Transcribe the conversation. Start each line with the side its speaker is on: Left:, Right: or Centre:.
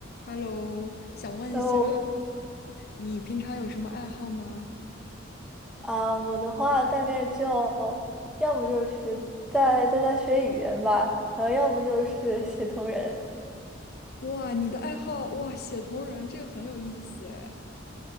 Left: Hello，想问一下，
Centre: 然后
Left: 你平常有什么爱好吗？
Centre: 啊，我的话大概就要不就是在在家学语言吧，然后要不就是写同人。
Left: 哇，你的爱好，哇，写同人，这个很有意思哎。